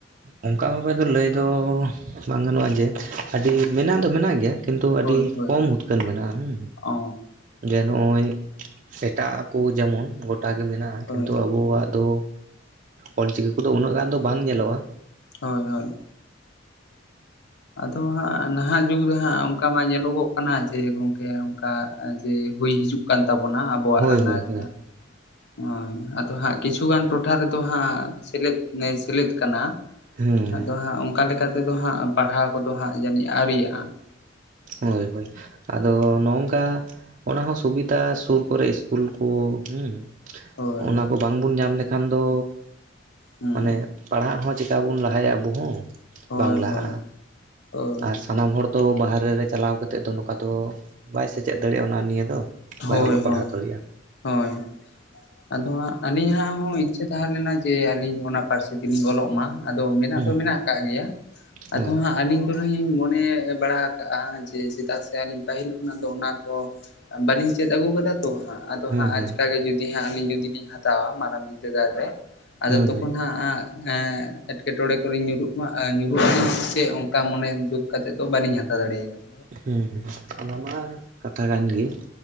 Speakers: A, on the right (about 40°); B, on the left (about 60°).
A: ᱚᱝᱠᱟ ᱵᱷᱟᱵᱮ ᱫᱚ ᱞᱟᱹᱭ ᱫᱚ ᱵᱟᱝ ᱜᱟᱱᱚᱜᱼᱟ ᱡᱮ, ᱟᱹᱰᱤ ᱢᱮᱱᱟᱜ ᱫᱚ ᱢᱮᱱᱟᱜ ᱜᱮᱭᱟ᱾ ᱠᱤᱱᱛᱩ ᱟᱹᱰᱤ
B: ᱦᱳᱭ ᱦᱳᱭ
A: ᱠᱚᱢ ᱩᱫᱽᱜᱟᱹᱱ ᱢᱮᱱᱟᱜᱼᱟ ᱦᱩᱸ᱾
B: ᱚ
A: ᱡᱮ ᱱᱚᱜᱼᱚᱭ ᱥᱮᱴᱟᱜ ᱠᱚ ᱡᱮᱢᱚᱱ ᱜᱚᱴᱟ ᱜᱮ ᱢᱮᱱᱟᱜᱼᱟ᱾
B: ᱦᱳᱭ
A: ᱠᱤᱱᱛᱩ ᱟᱵᱚᱣᱟᱜ ᱫᱚ ᱚᱞ ᱪᱤᱠᱤ ᱠᱚᱫᱚ ᱩᱱᱟᱹᱜ ᱜᱟᱱ ᱫᱚ ᱵᱟᱝ ᱧᱮᱞᱚᱜᱼᱟ᱾
B: ᱦᱳᱭ ᱦᱳᱭ᱾ ᱟᱫᱚ ᱦᱟᱸᱜ ᱱᱟᱦᱟᱸᱜ ᱡᱩᱜᱽ ᱨᱮ ᱦᱟᱸᱜ ᱚᱝᱠᱟ ᱢᱟ ᱧᱮᱞᱚᱜᱚᱜ ᱠᱟᱱᱟ, ᱡᱮ ᱜᱚᱝᱠᱮ ᱚᱝᱠᱟ ᱡᱮ ᱦᱩᱭ ᱦᱤᱡᱩᱜ ᱠᱟᱱ ᱛᱟᱵᱚᱱᱟ, ᱟᱵᱚᱣᱟᱜ
A: ᱦᱳᱭ
B: ᱚᱱᱟ
A: ᱦᱳᱭ
B: ᱡᱟᱦᱟᱸ
A: ᱦᱳᱭ
B: ᱦᱳᱭ, ᱟᱫᱚ ᱦᱟᱸᱜ ᱠᱤᱪᱷᱩ ᱜᱟᱱ ᱴᱚᱴᱷᱟ ᱨᱮᱫᱚ ᱦᱟᱸᱜ ᱥᱮᱞᱮᱫ ᱮ ᱥᱮᱞᱮᱫ ᱠᱟᱱᱟ᱾
A: ᱦᱮᱸ
B: ᱟᱫᱚ ᱦᱟᱸᱜ ᱚᱝᱠᱟ ᱞᱮᱠᱟ ᱛᱮᱫᱚ ᱦᱟᱸᱜ ᱯᱟᱲᱦᱟᱣ ᱠᱚᱫᱚ ᱦᱟᱸᱜ ᱡᱟᱹᱱᱤᱜ ᱟᱹᱣᱨᱤᱭᱟᱜᱼᱟ᱾
A: ᱦᱳᱭ ᱦᱳᱭ᱾ ᱟᱫᱚ ᱱᱚᱝᱠᱟ ᱚᱱᱟ ᱦᱚᱸ ᱥᱩᱵᱤᱛᱟ ᱥᱩᱨ ᱠᱚᱨᱮ ᱤᱥᱠᱩᱞ ᱠᱚ ᱦᱩᱸ᱾
B: ᱦᱳᱭ
A: ᱚᱱᱟ ᱠᱚ ᱵᱟᱝ ᱵᱚᱱ ᱧᱟᱢ ᱞᱮᱠᱷᱟᱱ ᱫᱚ
B: ᱦᱩᱸ
A: ᱢᱟᱱᱮ ᱯᱟᱲᱦᱟᱜ ᱦᱚᱸ ᱪᱤᱠᱟᱵᱚᱱ ᱞᱟᱦᱟᱭᱟ ᱟᱵᱚ ᱦᱚᱸ
B: ᱦᱳᱭ
A: ᱵᱟᱝ ᱞᱟᱦᱟᱜᱼᱟ,
B: ᱦᱳᱭ ᱦᱳᱭ
A: ᱟᱨ ᱥᱟᱱᱟᱢ ᱦᱚᱲ ᱫᱚ ᱵᱟᱦᱨᱮ ᱨᱮ ᱪᱟᱞᱟᱣ ᱠᱟ ᱠᱟᱛᱮᱜ ᱫᱚ ᱱᱚᱝᱠᱟ ᱫᱚ ᱵᱟᱭ ᱥᱮᱪᱮᱫ ᱫᱟᱲᱮᱭᱟᱜᱼᱟ ᱚᱱᱟ ᱱᱤᱭᱟᱹ ᱫᱚ᱾
B: ᱦᱳᱭ
A: ᱵᱟᱭ ᱚᱞᱚᱜ
B: ᱦᱳᱭ
A: ᱯᱟᱲᱦᱟᱣ ᱫᱟᱲᱮᱭᱟᱜᱼᱟ
B: ᱦᱳᱭ ᱟᱫᱚ ᱦᱟᱸᱜ ᱟᱹᱞᱤᱧᱟᱜ ᱦᱚᱸ ᱤᱪᱪᱷᱟᱹ ᱛᱟᱦᱮᱸ ᱞᱮᱱᱟ, ᱡᱮ ᱟᱹᱞᱤᱧ ᱚᱱᱟ ᱯᱟᱹᱨᱥᱤ ᱛᱮᱞᱤᱧ ᱚᱞᱚᱜ ᱢᱟ᱾ ᱟᱫᱚ ᱢᱮᱱᱟᱜ
A: ᱦᱩᱸ
B: ᱫᱚ ᱢᱮᱱᱟᱜ ᱟᱠᱟᱜ ᱜᱮᱭᱟ, ᱟᱫᱚ
A: ᱦᱳᱭ
B: ᱦᱟᱸᱜ ᱟᱹᱞᱤᱧ <unintelligible> ᱨᱮᱞᱤᱧ ᱢᱚᱱᱮ ᱵᱟᱲᱟ ᱟᱠᱟᱜᱼᱟ ᱡᱮ ᱪᱮᱫᱟᱜ ᱥᱮ ᱟᱹᱞᱤᱧ ᱯᱟᱹᱦᱤᱞ ᱠᱷᱚᱱᱟᱜ ᱫᱚ ᱚᱱᱟ ᱠᱚ ᱵᱟᱹᱞᱤᱧ ᱪᱮᱫ ᱟᱹᱜᱩ ᱠᱟᱫᱟ ᱛᱚ ᱦᱟᱸᱜ ᱟᱫᱚ
A: ᱦᱩᱸ
B: ᱦᱟᱸᱜ
A: ᱦᱩᱸ
B: ᱟᱪᱠᱟ ᱜᱮ ᱡᱩᱫᱤ ᱦᱟᱸᱜ ᱟᱹᱞᱤᱧ ᱡᱩᱫᱤ ᱞᱤᱧ ᱦᱟᱛᱟᱣᱟ ᱢᱟ <unintelligible> ᱵᱤᱫᱽᱫᱟᱹᱜᱟᱹᱲ ᱨᱮ ᱟᱫᱚ
A: ᱦᱩᱸ
B: ᱛᱚᱠᱷᱚᱱ
A: ᱦᱩᱸ
B: ᱦᱟᱸᱜ ᱮᱸ ᱮᱸᱴᱠᱮᱴᱚᱬᱮ ᱠᱚᱨᱮᱧ ᱧᱩᱨᱩᱜ ᱢᱟ ᱧᱩᱨᱩᱜ ᱟᱹᱞᱤᱧ
A: ᱦᱳᱭ
B: ᱥᱮ ᱚᱱᱠᱟ ᱢᱚᱱᱮ ᱡᱩᱠ ᱠᱟᱛᱮᱜ ᱫᱚ ᱵᱟᱹᱞᱤᱧ ᱦᱟᱛᱟᱣ ᱫᱟᱲᱮᱭ ᱠᱟᱫᱟ᱾
A: ᱦᱩᱸ ᱦᱩᱸ ᱚᱱᱟ ᱢᱟ ᱠᱟᱛᱷᱟ ᱠᱟᱱ ᱜᱮ,